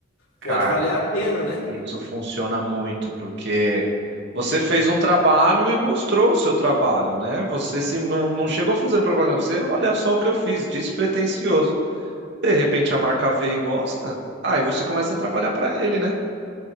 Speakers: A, on the left; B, on the right.
A: pode
B: Cara,
A: valer a pena, né?
B: isso funciona muito, porque você fez um trabalho e mostrou o seu trabalho, né? Você se, não, não chegou fazendo propaganda, você, olha só o que eu fiz, despretensioso. De repente a marca vê e gosta, aí você começa a trabalhar para ele, né?